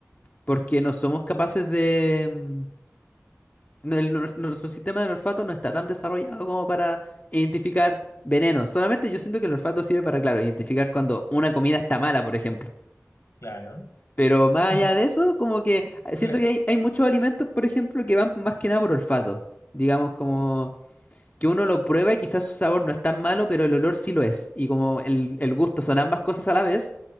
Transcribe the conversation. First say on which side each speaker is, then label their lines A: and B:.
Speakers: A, on the left; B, on the left.
A: Porque no somos capaces de... mm, no- el- nues- nuestro sistema del olfato no está tan desarrollado como para identificar venenos. Solamente yo siento que el olfato sirve para, claro, identificar cuando una comida está mala, por ejemplo.
B: claro.
A: Pero más
B: Sí,
A: allá de eso, como que eh, siento
B: cla-
A: que hay, hay muchos alimentos, por ejemplo, que van más que nada por olfato. Digamos, como que uno lo prueba y quizás su sabor no es tan malo, pero el olor sí lo es. Y como el, el gusto son ambas cosas a la vez,